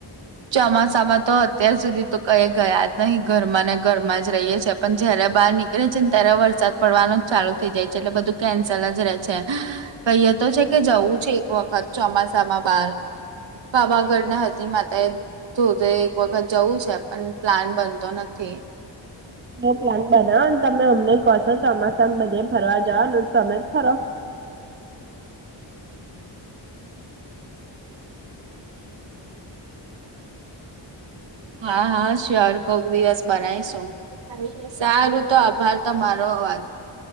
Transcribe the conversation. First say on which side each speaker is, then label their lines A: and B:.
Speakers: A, on the right (about 70°); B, on the right (about 25°).
A: ચોમાસા માં તો અત્યાર સુધી તો કઈ ગયા જ નહી ઘરમાં ને ઘરમાં જ રહીએ છીએ પણ જયારે બહાર ની. એ ચિનતા્યારે વરસાદ પડવાનું ચાલુ થઇ જાય છે એટલે બધું કેન્સલ જ રે છે કહીએ તો છે કે જવું છે એક વખત ચોમાસામાં બાર પાવાગઢ ના હતી માતાએ. તું તો એક વખત જવું છે પણ પ્લાન બનતો નથી.
B: એ પ્લાન બનાવો ને તમે અમને કહો છો ચોમાસામાં બધે ફરવા જાઓ ને તમે જ ફરો.
A: હા હા સ્યોર કોક દિવસ બનાયશું. સારું તો આભાર તમારો વાજ.